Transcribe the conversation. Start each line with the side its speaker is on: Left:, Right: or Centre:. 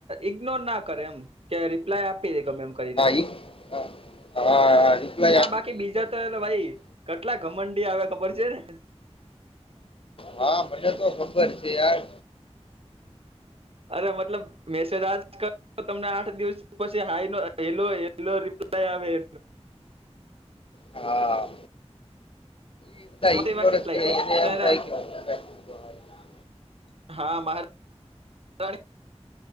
Right: ઈગ્નોર ના કરે એમ કે રિપ્લાય આપી દે ગમે એમ કરીને
Left: ઈ હા હા હા
Right: હા
Left: આપી
Right: બાકી
Left: તી
Right: બીજા
Left: ઇગ્નોર
Right: તો
Left: ના કરે
Right: એ ભાઈ કેટલા ઘમંડી આવે ખબર છે ને
Left: હા ભલે તો ખબર છે યાર
Right: અરે મતલબ મેસે દજ ક તમને આઠ દિવસ પછી હાઈ હેલો હેલો રિપ્લાય આવે
Left: હા એ બધા
Right: હ
Left: ઇગ્નોર
Right: એમાં કેટલાય
Left: જ કરે
Right: છે મટલે
Left: એમ
Right: એને
Left: થાય કે હું કાંઈ ખોટો આવ્યો.
Right: હા મહારા